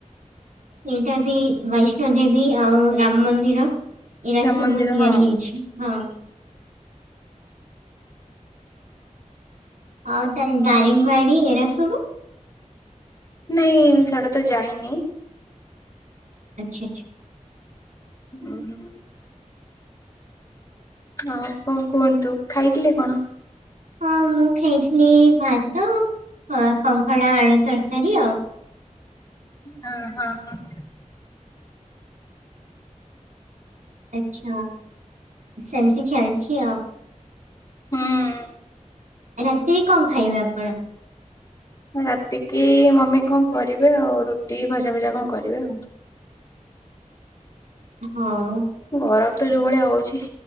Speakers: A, on the right; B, on the left.
A: ସେଇଟା ବି, ବୈଷ୍ଣୋ ଦେବୀ, ଆଉ ରାମ ମନ୍ଦିର ଏଇଟା
B: ରାମ
A: ସବୁ
B: ମନ୍ଦିର
A: ତିଆରି
B: ହଁ।
A: ହେଇଛି। ହଁ। ଆଉ ତାହାଲେ
B: ହଁ
A: ଦାରିଙ୍ଗବାଡି ଏରା ସବୁ?
B: ନାଇଁ ମୁଁ ସିଆଡ଼େ ତ ଯାଇନି।
A: ଆଛା ଆଛା।
B: <inaudible> ହଁ, କଣ କୁହନ୍ତୁ। ଖାଇଥିଲେ କଣ?
A: ହଁ ମୁଁ ଖାଇଥିଲି ଭାତ, କଙ୍କଡ଼ା ଆଳୁ ତରକାରୀ ଆଉ।
B: ହଁ ହଁ ହଁ।
A: ଆଚ୍ଛା, ସେମତି ଜାଣିଛି ଆଉ।
B: ହୁଁ।
A: ରାତିକି କଣ ଖାଇବେ ଆପଣ?
B: ରାତିକି ମମି କଣ କରିବେ ଆଉ, ରୁଟି, ଭଜା ଫଜା କଣ କରିବେ ଆଉ।
A: ହଁ।
B: ଗରମ ତ ଯୋଉ ଭଳିଆ ହଉଛି